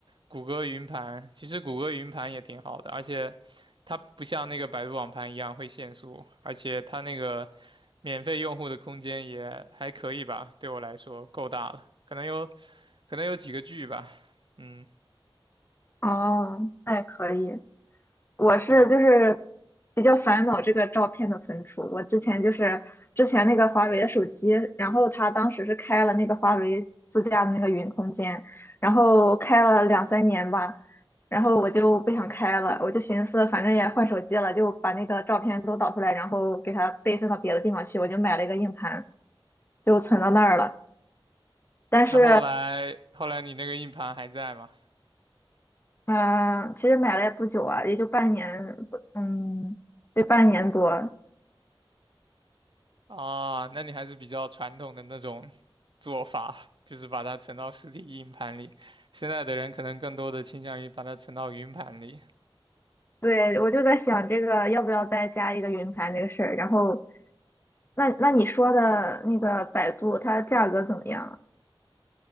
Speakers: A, on the right; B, on the left.
A: 谷歌云盘。其实谷歌云盘也挺好的，而且它不像那个百度网盘一样会限速，而且它那个免费用户的空间也还可以吧，对我来说够大了，可能有可能有几个 G 吧。嗯，
B: 哦，那也可以。我是就是
A: 对。
B: 比较烦恼这个照片的存储。我之前就是之前那个华为的手机，然后它当时是开了那个华为自家的那个云空间，然后开了两三年吧，然后我就不想开了，我就寻思反正也换手机了，就把那个照片都导出来，然后给它备份到别的地方去。我就买了一个硬盘，就存到那儿了。但是，
A: 那后来后来你那个硬盘还在吗？
B: 嗯、其实买了也不久啊，也就半年，嗯，对，半年多。
A: 啊，那你还是比较传统的那种 <laughs> 做法，就是把它存到实体硬盘里。现在的人可能更多的倾向于把它存到云盘里。
B: 对，我就在想这个要不要再加一个云盘这个事儿。然后，那那你说的那个百度，它价格怎么样